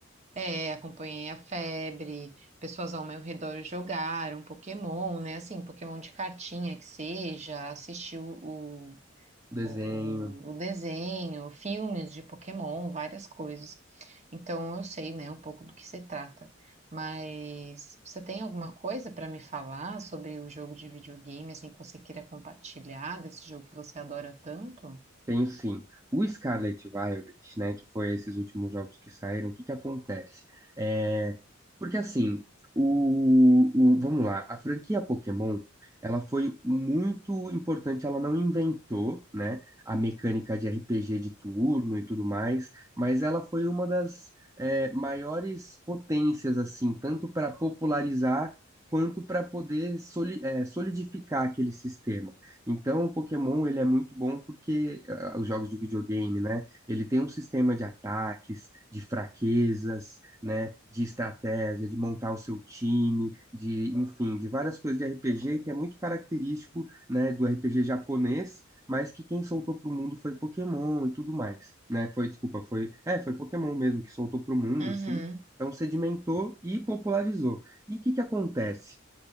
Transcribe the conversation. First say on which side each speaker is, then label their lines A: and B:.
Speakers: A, on the right (about 35°); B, on the right (about 15°).
A: É, acompanhei a febre, pessoas ao meu redor jogaram Pokémon, né? Assim, Pokémon de cartinha que seja, assisti o, o,
B: Desenho.
A: o o desenho, filmes de Pokémon, várias coisas. Então eu sei, né, um pouco do que se trata. Mas você tem alguma coisa para me falar sobre o jogo de videogame, assim, que você queira compartilhar desse jogo que você adora tanto?
B: Tenho sim. O Scarlet Violet, né, que foi esses últimos jogos que saíram, o que que acontece? É, porque assim, o, o- vamos lá, a franquia Pokémon, ela foi muito importante, ela não inventou, né, a mecânica de RPG de turno e tudo mais, mas ela foi uma das é, maiores potências, assim, tanto para popularizar quanto para poder soli- é, solidificar aquele sistema. Então, o Pokémon ele é muito bom porque ah, os jogos de videogame, né? Ele tem um sistema de ataques, de fraquezas, né? De estratégia, de montar o seu time, de, enfim, de várias coisas de RPG que é muito característico, né, do RPG japonês, mas que quem soltou pro mundo foi Pokémon e tudo mais, né? Foi, desculpa, foi, é, foi Pokémon mesmo que soltou pro mundo,
A: Uhum.
B: sim. Então sedimentou e popularizou. E o que que acontece?